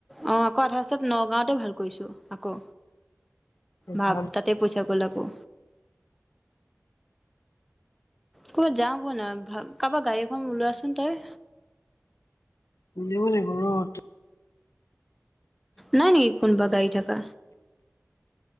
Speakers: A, in the centre; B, on the left.
A: অ আকৌ আধা ৰাস্তাত নগাঁওতে ভাল কৰিছো আকৌ, ভাব
B: ভাল
A: তাতে পইচা গল আকৌ। ক'বাত যাওঁ বৈ না, কাৰোবা গাড়ী এখন ওলোৱাচোন তই।
B: উলিয়াব লাগিব ৰ।
A: নাই নেকি কোনোবা গাড়ী থাকা?